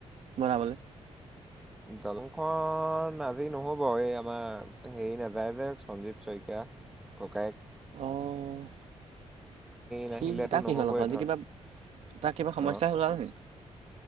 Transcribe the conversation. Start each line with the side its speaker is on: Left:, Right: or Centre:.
Right: বনাবলৈ।
Centre: দলংখন আজি নহ'ব এই আমাৰ হেৰি নাযায় যে সঞ্জীৱ শইকীয়া। ককাইক।
Right: অ'। সি,
Centre: নাহিলেতো
Right: তাক কি
Centre: নহ'বই
Right: হ'ল আকৌ আজি
Centre: ধৰ
Right: কিবা তা কিবা সমস্যা
Centre: অ
Right: ওলালে নেকি?